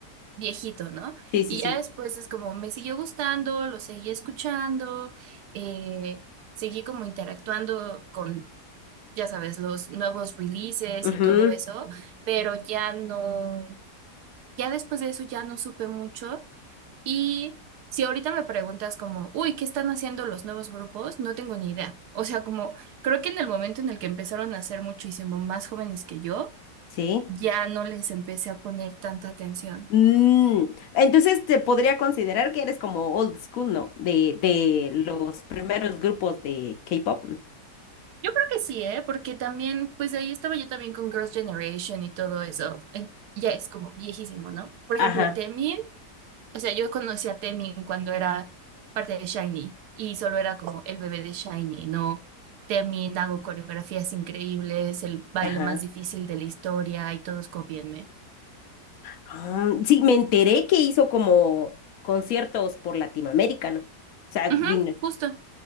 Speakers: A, on the right; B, on the left.
A: viejito, ¿no?
B: sí, sí,
A: Y
B: sí.
A: ya después es como me siguió gustando, lo seguí escuchando, eh, seguí como interactuando con, ya sabes, los nuevos releases
B: Ujú,
A: y todo eso, pero ya no, ya después de eso ya no supe mucho. Y si ahorita me preguntas como, uy, ¿qué están haciendo los nuevos grupos? No tengo ni idea. O sea, como creo que en el momento en el que empezaron a ser muchísimo más jóvenes que yo,
B: sí.
A: ya no les empecé a poner tanta atención.
B: Mm, entonces te podría considerar que eres como old school, ¿no? De, de los primeros grupos de K-pop, ¿no?
A: Yo creo que sí, ¿eh? Porque también, pues ahí estaba yo también con Girls' Generation y todo eso. Eh, Ya es como viejísimo, ¿no? Por
B: Ajá,
A: ejemplo, Temi O sea, yo conocí a Temin cuando era parte de Shiny y solo era como el bebé de Shiny, ¿no? Temin, hago coreografías increíbles, el baile
B: ajá.
A: más difícil de la historia y todos copienme.
B: Ah, sí, me enteré que hizo como conciertos por Latinoamérica, ¿no? O sea, vino.
A: Ujú, justo,